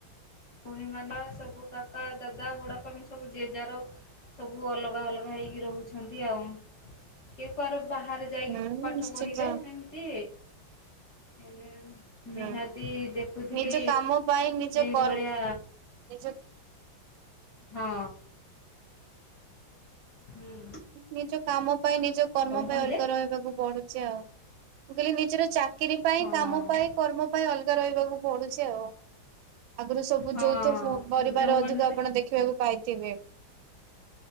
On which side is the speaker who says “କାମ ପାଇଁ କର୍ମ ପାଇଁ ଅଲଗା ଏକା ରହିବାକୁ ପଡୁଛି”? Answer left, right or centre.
Right